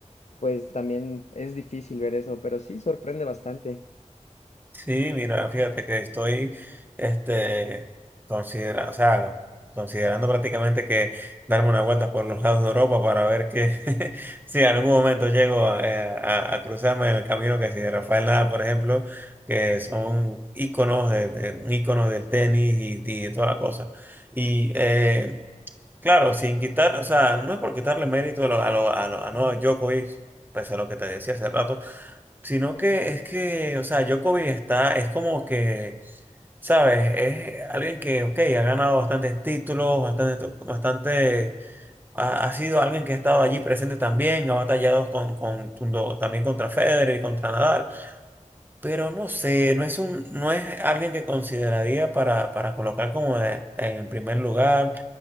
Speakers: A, on the left (about 60°); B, on the right (about 15°).
A: pues también es difícil ver eso, pero sí sorprende bastante.
B: Sí, mira, fíjate que estoy este, considera, o sea, considerando prácticamente que darme una vuelta por los lados de Europa para ver que <laughs> si en algún momento llego a, eh, a- a cruzarme en el camino que si de Rafael Nadal, por ejemplo, que son íconos, de, de- íconos del tenis y, y de toda la cosa. Y eh, claro, sin quitar, o sea, no es por quitarle mérito a, lo, a, lo, a, lo- a Novak Djokovic, pese a lo que te decía hace rato Sino que es que, o sea, Djokovic está, es como que, ¿sabes? Es alguien que, ok, ha ganado bastantes títulos, bastante, bastante, ha, ha sido alguien que ha estado allí presente también, ha batallado con, con, junto- también contra Federer y contra Nadal. Pero no sé, no es un, no es alguien que consideraría para, para colocar como de- en primer lugar